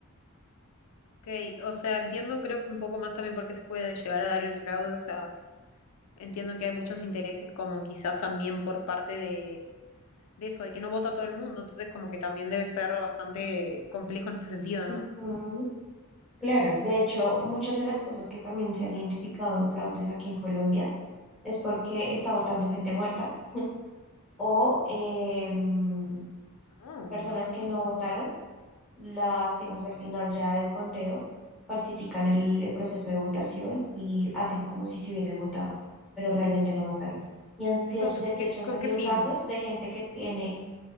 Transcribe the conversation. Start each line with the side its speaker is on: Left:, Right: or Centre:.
Left: ok. O sea, entiendo creo que un poco más también por qué se puede llegar a dar el fraude, o sea, entiendo que hay muchos intereses como quizás también por parte de, de eso, de que no vota todo el mundo, entonces como que también debe ser bastante complejo en ese sentido,
Centre: Ujú.
Left: ¿no?
Centre: Claro, de hecho, muchas de las cosas que también se han identificado en fraudes aquí en Colombia es porque está votando gente muerta <laughs> o eh, mm,
Left: No.
Centre: personas que no votaron, las, digamos, al final ya del conteo, falsifican el, el proceso de votación y hacen como si se hubiesen votado, pero realmente no votaron. Y han-
Left: ¿Pero
Centre: de
Left: ¿Con, f-
Centre: de
Left: qué,
Centre: hecho han
Left: con
Centre: salido
Left: qué
Centre: casos
Left: fin?
Centre: de gente que tiene